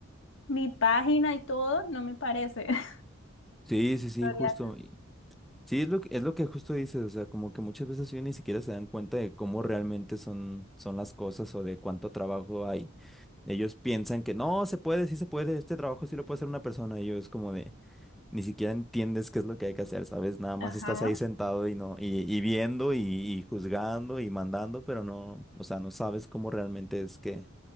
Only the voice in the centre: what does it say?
sí, sí, sí,
justo. Sí, es lo que, es lo que justo dices, o sea, como que muchas veces ellos ni siquiera se dan cuenta de cómo realmente son, son las cosas o de cuánto trabajo hay. Ellos piensan que no, se puede, sí se puede, este trabajo sí lo puede hacer una persona. Y yo es como de, ni siquiera entiendes qué es lo que hay que hacer, ¿sabes? Nada más
estás ahí sentado y no, y, y viendo y, y juzgando y mandando, pero no, o sea, no sabes cómo realmente es que,